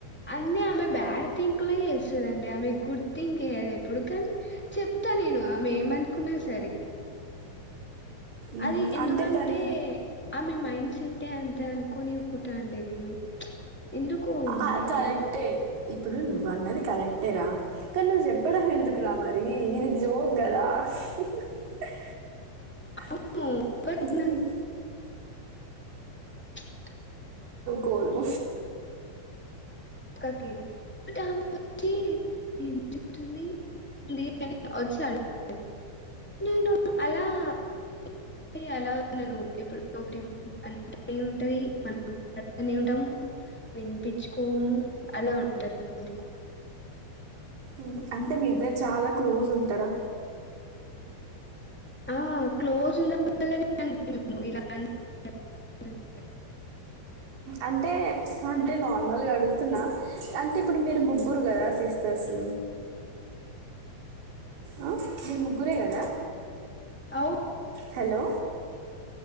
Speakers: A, in the centre; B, on the right.
A: అన్ని ఆమె బ్యాడ్ థింక్ లొ యేస్తదండి ఆమె గుడ్ థింక్ ఏయదు ఎప్పుడు కాని చెప్ అంతె నేను ఆమె యేమనుకున్న సరె
B: మ్మ్.
A: అది ఎందుకంటే
B: అంటే తను
A: ఆమె మైండ్ సెట్ఎ అంత అన్ కొని కుట్ట అండి నేను ఎందుకు
B: ఆ
A: మనకి
B: కరెక్టే ఇప్పుడు నువ్వు అన్నది కరెక్టెర కాన్ నువ్వు జెప్పడం ఎందుకు రా మరి ఇది జోక్ గద స్ హు హు హెహ్ అహ్
A: అవును బట్
B: ఉహు
A: నాకు
B: ఉహు హెహ్.
A: <inaudible>
B: కోరు
A: అక్కకి డ్యాము వచ్చి యేమ్ జరుగుతుంది ఉంది అని వచ్చి <inaudible> అడుగు తాడు నేను అలా- ఈ అలా నన్ను ఎప్పుడుడొ ఒకటి అంత్ త పెయిన్ ఉంటది మనం పక్కనె ఉంటాము విన్ పించ్ కోము అల ఉంటది అందుకు
B: ఉహు అంటే మీ ఇద్దరు చాలా క్లోజ్ ఉంటారా
A: ఆ క్లోజు ఉండలనె మేము ఇల అన్ అంటె <inaudible>
B: అంటే అంటే నార్మల్ గా అడుగుతున్న అంటే ఇప్పుడు మీరు ముగ్గురు కదా సిస్టర్స్ ఆ మీర్ ముగ్గురె గద?
A: అవు
B: హలో